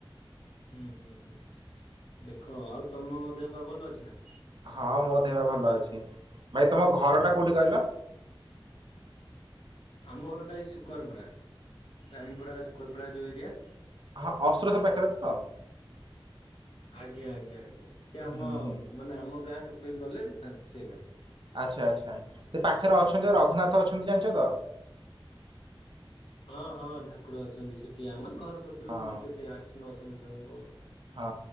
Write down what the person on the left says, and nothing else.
ହୁଁ ହୁଁ ହୁଁ ଦେଖ ଆଉ ତମ ଦେହ ପା ଭଲ ଅଛି ନା।
ଆମ ଘରଟା ଏଇ ଶକରପଡା ରାଣୀପଡା ସୁକରପଡା ଯୋଉ ଏରିଆ।
ଆଜ୍ଞା ଆଜ୍ଞା ଆଜ୍ଞା ସିଏ ଆମ
ମାନେ ଆମ ଗାଁ ଟକେଇକି ଗଲେ ସେ ଗାଁ
ହଁ ହଁ ଠାକୁର ଅଛନ୍ତି ସେଠି ଆମର ଘର କଥରୁ
କେତେ ଆଠଶହ ନଅଶହ ମିଟର ହବ ଆଉ।